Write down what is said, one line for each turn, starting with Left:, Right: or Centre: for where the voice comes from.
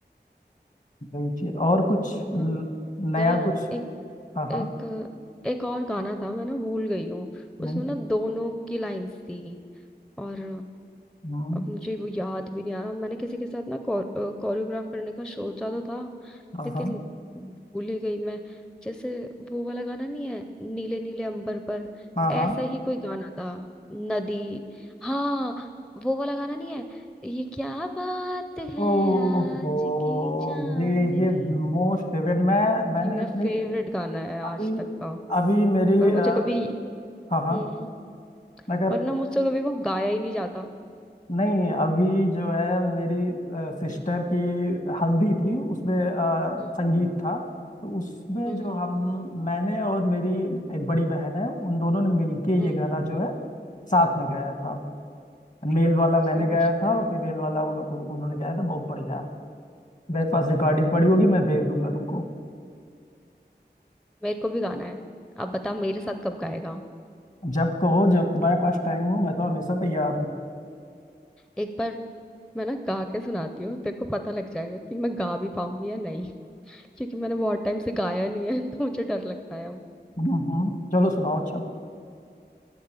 Left: वही चीज और कुछ
Centre: अ,
Left: न- नया
Centre: यार
Left: कुछ
Centre: एक
Left: हाँ हाँ
Centre: एक एक और गाना था मैं ना भूल गई हूँ
Left: हम्म,
Centre: उसमें ना दोनों की लाइंस थी और
Left: हम्म,
Centre: अब मुझे वो याद भी नहीं आ रहा मैंने किसी के साथ ना कोरियोग्राफ करने का सोचा तो था
Left: हाँ
Centre: लेकिन
Left: हाँ
Centre: भूल ही गई मैं जैसे वो वाला गाना नहीं है नीले नीले अंबर पर
Left: हाँ
Centre: ऐसा
Left: हाँ
Centre: ही कोई गाना था नदी हाँ वो वाला गाना नहीं है ये क्या बात है
Left: ओ
Centre: आज
Left: हो
Centre: की चांदनी
Left: ये ये मोस्ट फेवरेट मैं मैंने
Centre: ये मेरा
Left: अपनी
Centre: फेवरेट गाना है आज
Left: अभी
Centre: तक का
Left: अभी मेरी
Centre: पर मुझे
Left: अ,
Centre: कभी
Left: हाँ हाँ
Centre: हम्म हम्म,
Left: मैं कर
Centre: पर ना मुझसे कभी वो गाया ही नहीं जाता
Left: नहीं अभी जो है मेरी सिस्टर
Centre: हम्म
Left: की हल्दी थी उसमें अ,
Centre: हम्म
Left: संगीत था तो उसमें
Centre: हम्म
Left: जो हम मैंने और मेरी एक बड़ी बहन है उन दोनों ने मिलके
Centre: हम्म
Left: ये गाना जो है साथ में गाया था मेल वाला मैंने
Centre: समझ
Left: गाया था
Centre: गई
Left: और फीमेल वाला उन, उन- उन्होंने गाया था बहुत बढ़िया मेरे पास रिकॉर्डिंग पड़ी होगी मैं भेज दूंगा तुमको
Centre: मेरे को भी गाना है अब बता मेरे साथ कब गाएगा
Left: जब कहो जब तुम्हारे पास टाइम हो मैं तो हमेशा तैयार हूँ
Centre: एक बार मैं ना गा के सुनाती हूँ तेरे को पता लग जाएगा कि मैं गा भी पाऊंगी या नहीं क्योंकि मैंने बहुत टाइम से गाया नहीं है तो मुझे डर लगता है अब
Left: हम्म, चलो सुनाओ अच्छा